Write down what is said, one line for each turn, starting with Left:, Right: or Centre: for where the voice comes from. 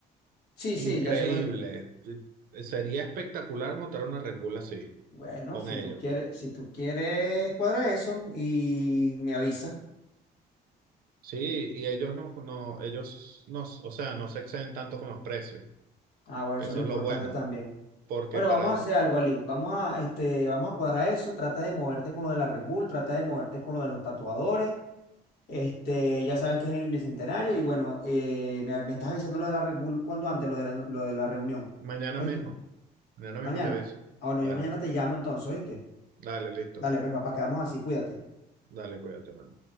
Left: Sí, sí,
Right: Increíble.
Left: ya sé cuál es.
Right: Sí, Sería espectacular montar una Red Bull así,
Left: Bueno,
Right: con
Left: si
Right: ellos.
Left: tú quieres, si tú quieres, cuadra eso y me avisa.
Right: Sí, y ellos no, no, ellos no, o sea, no se exceden tanto con los precios,
Left: Ah, bueno,
Right: que
Left: eso
Right: eso
Left: es lo importante
Right: es lo bueno
Left: también.
Right: porque
Left: Bueno,
Right: para,
Left: vamos a hacer algo, Ali. Vamos a, este, vamos a cuadrar eso. Trata de moverte con lo de la Red Bull, trata de moverte con lo de los tatuadores. Este, ya sabes que es en el Bicentenario. Y bueno, eh, me, me estás avisando lo de la Red Bull cuando antes, lo de la, lo de la reunión.
Right: Mañana
Left: ¿Oíste?
Right: mismo. Mañana mismo
Left: Mañana.
Right: te aviso.
Left: Ah, bueno,
Right: Dale,
Left: yo mañana te llamo entonces, ¿oíste?
Right: dale, listo.
Left: Dale, pues papá, quedamos así, cuídate.
Right: Dale, cuídate, mano.